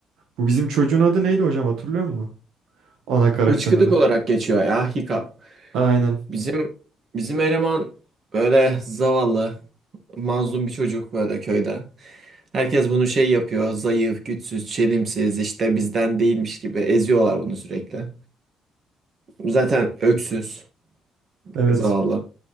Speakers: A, on the right; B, on the right.
A: Bu bizim çocuğun adı neydi hocam hatırlıyor musun? Ana karakterin
B: Hıçkıdık
A: adı.
B: olarak geçiyor ya Hiccup.
A: Aynen.
B: Bizim bizim eleman böyle zavallı, mazlum bir çocuk böyle köyde. Herkes bunu şey yapıyor, zayıf, güçsüz, çelimsiz, işte bizden değilmiş gibi eziyorlar bunu sürekli. Zaten öksüz,
A: Evet.
B: zavallı.